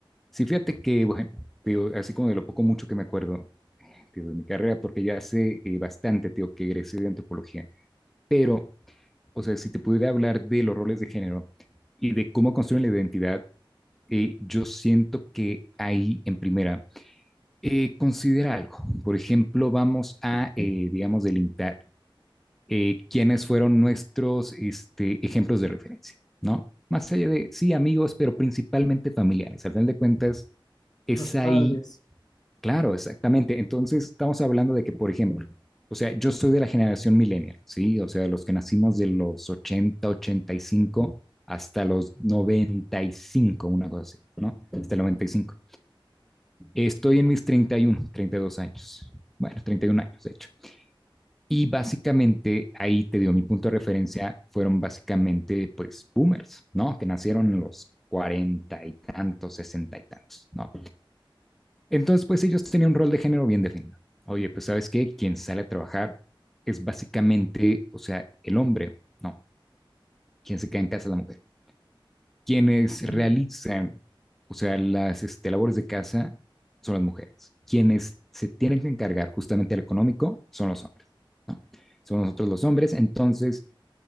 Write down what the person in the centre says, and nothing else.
Sí, fíjate que, bueno, tío, así como de lo poco mucho que me acuerdo tío, de mi carrera, porque ya hace eh, bastante, tío, que egresé de antropología. Pero, o sea, si te pudiera hablar de los roles de género y de cómo construyen la identidad, eh, yo siento que ahí, en primera, eh, considera algo. Por ejemplo, vamos a, eh, digamos, delimitar eh, quiénes fueron nuestros este, ejemplos de referencia, ¿no? Más allá de, sí, amigos, pero principalmente familiares. Al final de cuentas, es
ahí, claro, exactamente. Entonces, estamos hablando de que, por ejemplo, o sea, yo soy de la generación millennial, ¿sí? O sea, de los que nacimos de los ochenta ochenta y cinco hasta los 95, una cosa así, ¿no? Hasta el 95. Estoy en mis treinta treinta y uno, treinta y dos años. Bueno, 31 años, de hecho. Y básicamente ahí te dio mi punto de referencia, fueron básicamente pues boomers, ¿no? Que nacieron en los cuarenta y tantos, sesenta y tantos, ¿no? Entonces pues ellos tenían un rol de género bien definido. Oye, pues sabes qué, quien sale a trabajar es básicamente, o sea, el hombre, ¿no? Quien se queda en casa es la mujer. Quienes
realizan, o sea, las este, labores de casa son las mujeres. Quienes se tienen que encargar justamente al económico son los hombres, ¿no? Son nosotros los hombres, entonces